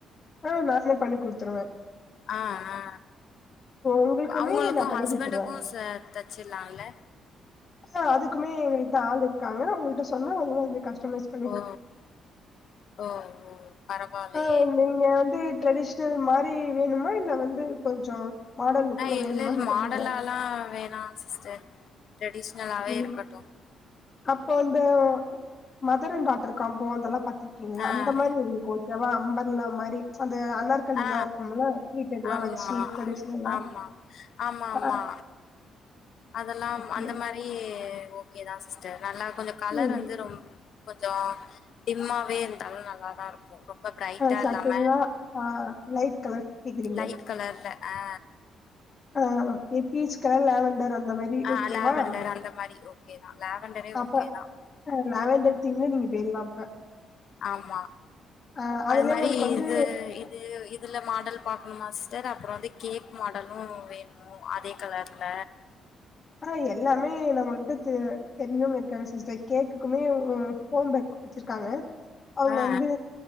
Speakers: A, on the left; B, on the left.
A: ஓ நானே பண்ணி குடுத்துருவே
B: ஆ ஆ
A: உங்களுக்குமே
B: அவுங்களுக்கு
A: நா பண்ணி
B: ஹஸ்பண்டுக்கு
A: குடுத்துருவே
B: சே தெச்சிர்லால்ல
A: ஆ அதுக்குமே எங்ககிட்ட ஆள் இருக்காங்க அவங்கள்ட்ட சொன்னா அவங் வந்து கஸ்டமைஷ்
B: ஓ ஓ ஓ பரவாலையே
A: ஆ நீங்க வந்து ட்ரெடிஷ்னல் மாரி வேணுமா இல்ல வந்து கொஞ்சோ மாடன் லுக்ல
B: ஆ இல்லல்
A: வேணுமான்னு
B: மாடலாலா
A: சொல்லுங்க
B: வேணா சிஸ்டர் ட்ரெடிஷ்னலாவே
A: ம்
B: இருக்கட்டு
A: அப்போ வந்து மதர் அண்ட் டாட்டர் காம்போ அதெல்லா பாத்திருக்கீங்ளே
B: ஆ
A: அந்த மாரி உங்களுக் ஓகேவா அம்பர்லா மாரி அந்த அனார் கலில்லா
B: ஆ
A: இருக்கும்ல ஃப்ளீட்டெட்லா
B: ஆமா
A: வச்சு ட்ரெடிஷ்னலா
B: ஆமாம் ஆமாமா.
A: ஆ
B: அதெல்லாம்
A: ஓகே
B: அந்த மாரி ஓகேதா சிஸ்டர் நல்லா கொஞ்சோ கலர்
A: ம்
B: வந்து ரொம் கொஞ்சோ டிம்மாவே இர்ந்தாலு நல்லாதா இருக்கு ரொம்ப ப்ரைட்டா
A: ஆ சட்டில்லா
B: இல்லாம
A: ஆ லைட் கலர் கேக்குறீங்க
B: லைட் கலர்ல ஆ
A: ஆ அ பீச் கலர், லேவண்டர் அந்த மாரி
B: ஆ
A: ஓகேவா
B: லேவண்டர் அந்த மாரி ஓகேதா லேவண்டரே
A: அப்ப
B: ஓகேதா
A: ஆ லேவண்டர் தீமே நீங்க போய்ர்லா அப்ப
B: ஆமா
A: ஆ அதுலயே
B: அது மாரி
A: உங்களுக்கு வந்து
B: இது இப் இது இதுல மாடல் பாக்கணுமா சி்ஸ்டர் அப்றோ வந்து கேக் மாடலு வே ணு அதே கலர்ல
A: அ எல்லாமே நம்மகிட்ட து தெரிஞ்சவுங்க இருக்காங்க சிஸ்டர் கேக்குக்குமே ம் ஹோம் பேக் வெச்சிர்க்காங்க அவுங்க
B: ஆ ஆ
A: வந்து